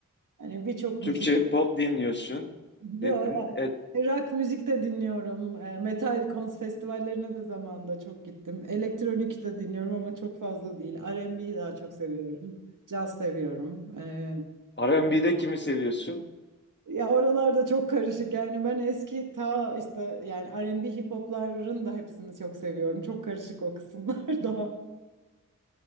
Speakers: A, on the right; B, on the left.
A: Hani birçok
B: Türkçe
A: müzik
B: pop dinliyorsun
A: Yo,
B: dedin. E,
A: yani rock müzik de dinliyorum. E, Metal kons festivallerine de zamanında çok gittim. Elektronik de dinliyorum ama çok fazla değil. R&B'yi daha çok seviyorum. Caz seviyorum. E,
B: R&B'de kimi seviyorsun?
A: ya oralarda çok karışık. Yani ben eski ta işte yani R&B hip hopların da hepsini çok seviyorum. Çok karışık o kısımlar <laughs> daha.